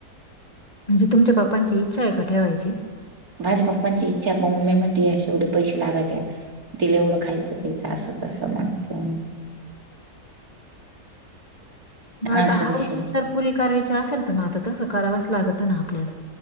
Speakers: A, on the left (about 25°); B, on the right (about 65°).
A: म्हणजे तुमच्या बापांची इच्छा आहे का ठेवायची
B: भाझ्या पप्पांची इच्छा प मम्मी मतीेवढे पैसे लागत तिला एवढं खायचं त्यायचं असं तसं माहिते
A: मग आता
B: असं
A: हाऊस
B: विषय
A: जर पुरी करायची असेल तर मग आता तसं करावच लागत ना आपल्याला